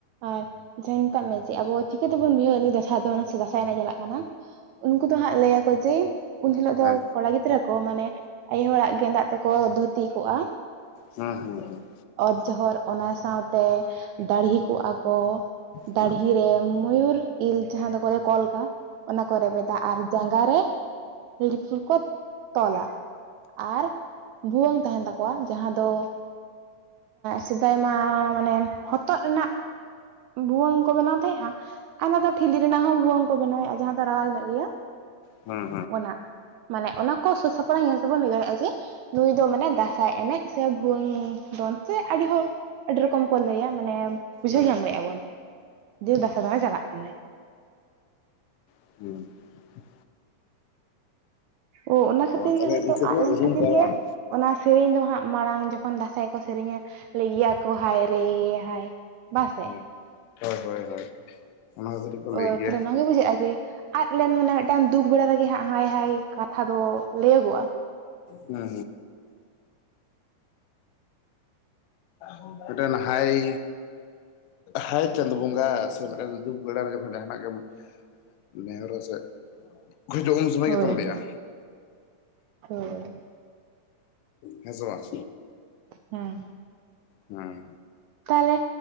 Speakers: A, on the right; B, on the left.
A: ᱟᱨ ᱡᱟᱦᱟᱸ ᱢᱮᱛᱟᱜ ᱢᱮ ᱡᱮ ᱟᱵᱚ ᱪᱤᱠᱟᱹᱛᱮᱵᱚᱱ ᱵᱷᱩᱡᱟᱣ ᱥᱟᱭ ᱫᱚ ᱥᱮ ᱫᱟᱸᱥᱟᱭ ᱮᱱᱮᱡ ᱪᱟᱞᱟᱜ ᱠᱟᱱᱟ ᱩᱱᱠᱩ ᱫᱚ ᱦᱟᱸᱜ ᱞᱟᱹᱭᱟᱠᱚ ᱡᱮ ᱩᱱ ᱦᱤᱞᱳᱜ ᱫᱚ
B: ᱦᱮᱸ
A: ᱠᱚᱲᱟ ᱜᱤᱫᱽᱨᱟᱹ ᱠᱚ ᱢᱟᱱᱮ ᱟᱭᱳ ᱦᱚᱲᱟᱜ ᱜᱮᱸᱫᱟᱜ ᱛᱮᱠᱚ ᱫᱷᱩᱛᱤ ᱠᱚᱜᱼᱟ
B: ᱦᱮᱸ ᱦᱮᱸ ᱦᱮᱸ
A: ᱚᱛ ᱡᱚᱦᱚᱨ ᱚᱱᱟ ᱥᱟᱶᱛᱮ ᱫᱟᱲᱦᱤ ᱠᱚᱜᱼᱟ ᱠᱚ
B: ᱦᱮᱸ ᱦᱮᱸ ᱦᱮᱸ
A: ᱫᱟᱲᱦᱤ ᱨᱮ ᱢᱚᱭᱩᱨ ᱤᱞ ᱡᱟᱦᱟᱸ ᱫᱚ ᱠᱚ ᱠᱚᱞᱜᱟ ᱚᱱᱟ ᱠᱚ ᱨᱮᱵᱮᱫᱟ ᱟᱨ ᱡᱟᱸᱜᱟ ᱨᱮ <unintelligible> ᱠᱚ ᱛᱚᱞᱟ ᱟᱨ ᱵᱷᱩᱣᱟᱹᱝ ᱛᱟᱸᱦᱮᱱ ᱛᱟᱠᱚᱣᱟ ᱡᱟᱦᱟᱸ ᱫᱚ ᱥᱮᱫᱟᱭ ᱢᱟ ᱢᱟᱱᱮ ᱦᱚᱛᱚᱫ ᱨᱮᱱᱟᱜ <inaudible> ᱵᱷᱩᱣᱟᱹᱝ ᱠᱚ ᱵᱮᱱᱟᱣ ᱛᱟᱦᱮᱸᱼᱦᱟ ᱟᱨ ᱚᱱᱟ ᱫᱚ <unintelligible> ᱴᱷᱤᱞᱤ ᱨᱮᱱᱟᱜ ᱦᱚᱸ ᱵᱷᱩᱣᱟᱹᱝ ᱠᱚ ᱵᱮᱱᱟᱣᱮᱜᱼᱟ ᱡᱟᱦᱟᱸ ᱫᱚ ᱨᱟᱣᱟᱞ ᱧᱚᱜ ᱜᱮᱭᱟ ᱾
B: ᱦᱮᱸ
A: ᱚᱱᱟ ᱢᱟᱱᱮ ᱚᱱᱟ ᱠᱚ ᱥᱟᱹᱼᱥᱟᱯᱲᱟᱣ ᱧᱮᱞ ᱛᱮᱵᱚᱱ ᱞᱟᱹᱭ ᱫᱟᱲᱮᱜᱼᱟ ᱡᱮ ᱱᱩᱭ ᱫᱚ ᱢᱟᱱᱮ ᱫᱟᱸᱥᱟᱭ ᱮᱱᱮᱡ ᱥᱮ ᱵᱷᱩᱮᱟᱹᱝ ᱫᱚᱱ ᱥᱮ ᱟᱹᱰᱤ ᱦᱚᱲ ᱟᱹᱰᱤ ᱨᱚᱠᱚᱢ ᱠᱚ ᱞᱟᱹᱭᱟ ᱢᱟᱱᱮ ᱵᱩᱡᱷᱟᱹᱣ
B: ᱦᱮᱸ ᱦᱮᱸ
A: ᱧᱟᱢ ᱫᱟᱼᱵᱚᱱ ᱡᱮ ᱫᱟᱸᱥᱟᱭ ᱫᱟᱬᱟ ᱪᱟᱞᱟᱜ ᱠᱟᱱᱟᱭ ᱾
B: <unintelligible>
A: ᱚ ᱚᱱᱟ ᱠᱷᱟᱹᱛᱤᱨ
B: ᱛᱟᱦᱚᱞᱮ
A: ᱜᱮ ᱦᱚᱭ
B: ᱤᱱᱠᱟᱹ
A: ᱛᱚ
B: ᱫᱚ
A: ᱟᱜ ᱞᱮᱱ
B: ᱩᱨᱩᱢ
A: ᱠᱷᱟᱹᱛᱤᱨ
B: ᱠᱚᱣᱟ
A: ᱜᱮ
B: ᱵᱟᱝ
A: ᱚᱱᱟ ᱥᱮᱨᱮᱧ ᱫᱚ ᱦᱟᱸᱜ ᱢᱟᱲᱟᱝ ᱡᱚᱠᱷᱚᱱ ᱫᱟᱸᱥᱟᱭ ᱠᱚ ᱥᱮᱨᱮᱧᱟ ᱞᱟᱹᱭ ᱜᱤᱭᱟ ᱠᱚ ᱦᱟᱭ ᱨᱮ ᱦᱟᱭ ᱵᱟᱥᱮ
B: ᱦᱩᱸ ᱦᱚᱭ ᱦᱚᱭ ᱦᱚᱭ ᱚᱱᱟ <unintelligible>
A: ᱚ ᱛᱷᱟᱞᱮ
B: ᱦᱮᱸ
A: ᱱᱚᱣᱟ ᱜᱮ ᱵᱩᱡᱷᱟᱹᱜᱼᱟ ᱡᱮ ᱟᱫ ᱞᱮᱱ ᱢᱟᱱᱮ ᱢᱤᱫᱴᱟᱝ ᱫᱩᱠ ᱵᱟᱲᱟ ᱨᱮᱜᱮ ᱦᱟᱸᱜ ᱦᱟᱭ ᱦᱟᱭ ᱠᱟᱛᱷᱟ ᱫᱚ ᱞᱟᱹᱭᱟᱹᱜᱚᱜᱼᱟ
B: ᱦᱩᱸ ᱦᱩᱸ <unintelligible> ᱢᱤᱫᱴᱮᱱ ᱦᱟᱭ ᱦᱟᱭ ᱪᱟᱸᱫ ᱵᱚᱸᱜᱟ ᱥᱮ ᱢᱤᱫᱴᱮᱱ ᱫᱩᱠ ᱵᱮᱰᱟ ᱡᱚᱠᱷᱚᱱ ᱡᱟᱦᱟᱱᱟᱜ ᱜᱮᱢ ᱱᱮᱦᱚᱨᱟ ᱥᱮ ᱩᱱ ᱡᱚᱠᱷᱚᱱ ᱩᱱ ᱥᱚᱢᱚᱭ
A: ᱦᱳᱭ
B: ᱜᱮᱛᱚᱢ ᱞᱟᱹᱭᱼᱟ
A: ᱦᱳᱭ ᱦᱳᱭ᱾
B: ᱦᱮᱸᱥᱮ ᱵᱟᱝ
A: ᱦᱮᱸ
B: ᱦᱮᱸ
A: ᱛᱟᱦᱚᱞᱮ